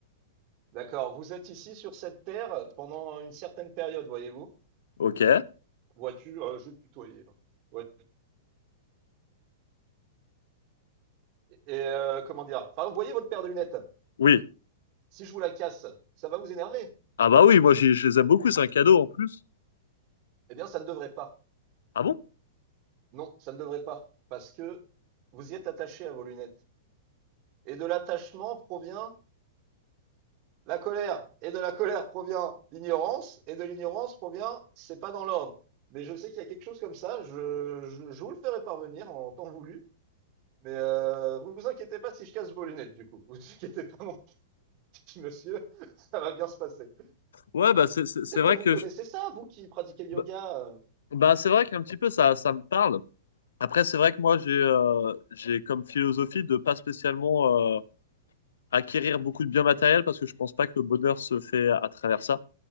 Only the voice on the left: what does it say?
Ok,
oui.
Ah bah oui, moi j'ai- je les aime beaucoup, c'est un cadeau en plus.
Ah bon?
Ouais, bah c'est c'est- c'est
vrai
que
je-
bah,
bah, c'est vrai qu'un petit peu ça, ça me parle. Après, c'est vrai que moi, j'ai euh, j'ai comme philosophie de pas spécialement euh, acquérir beaucoup de biens matériels parce que je pense pas que le bonheur se fait à travers ça.